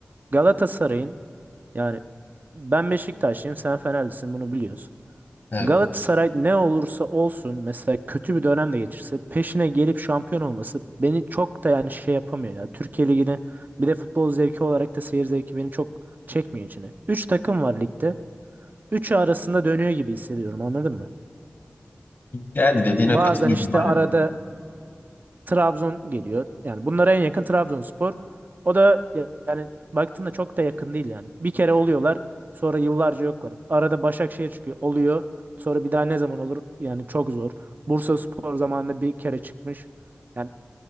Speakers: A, on the right (about 50°); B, on the left (about 65°).
A: Galatasaray'ın yani ben Beşiktaşlıyım sen Fenerlisin bunu biliyoruz.
B: Evet.
A: Galatasaray ne olursa olsun mesela kötü bir dönem de geçirse peşine gelip şampiyon olması beni çok da yani şey yapamıyor ya. Türkiye Ligi'ni bir de futbol zevki olarak da seyir zevki beni çok çekmiyor içine. üç takım var ligde. Üçü arasında dönüyor gibi hissediyorum anladın mı?
B: Yani dediğine
A: Bazen
B: katılıyorum
A: işte
B: Aynen.
A: arada Trabzon geliyor. Yani bunlara en yakın Trabzonspor. O da ya- yani baktığında çok da yakın değil yani. Bir kere oluyorlar, sonra yıllarca yoklar. Arada Başakşehir çıkıyor, oluyor. Sonra bir daha ne zaman olur? Yani çok zor. Bursaspor zamanında bir kere çıkmış. Yani